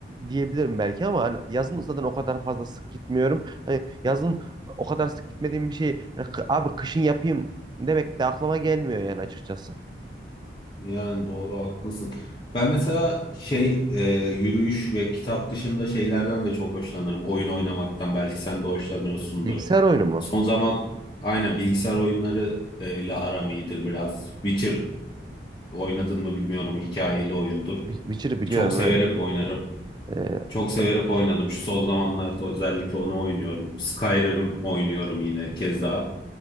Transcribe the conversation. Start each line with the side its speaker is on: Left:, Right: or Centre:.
Right: diyebilirim belki ama hani yazın zaten o kadar fazla sık gitmiyorum. Hani yazın o kadar sık gitmediğim bir şey hani kı- abi kışın yapayım demek de aklıma gelmiyor yani açıkçası.
Left: Yani doğru haklısın. Ben mesela şey e, yürüyüş ve kitap dışında şeylerden de çok hoşlanırım. Oyun oynamaktan belki sen de hoşlanıyorsundur.
Right: Bilgisayar oyunu mu?
Left: Son zaman aynen bilgisayar oyunları e, ile aram iyidir biraz. Witcher oynadın mı bilmiyorum hikayeli oyundur.
Right: Wi- Witcher'ı biliyorum
Left: Çok severek
Right: evet.
Left: oynarım.
Right: Ee,
Left: Çok
Right: hatta
Left: severek oynadım. Şu son zamanlarda özellikle onu oynuyorum. Skyrim oynuyorum yine keza.